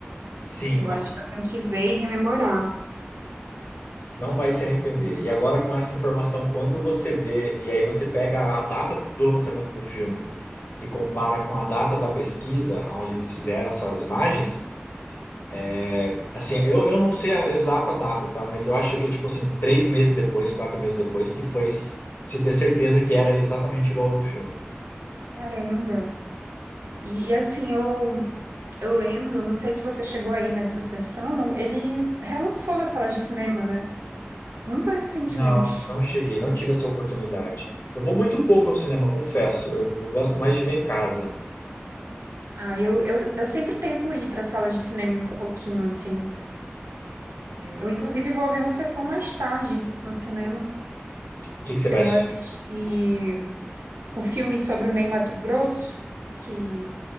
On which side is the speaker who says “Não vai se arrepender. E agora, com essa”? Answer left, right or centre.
Left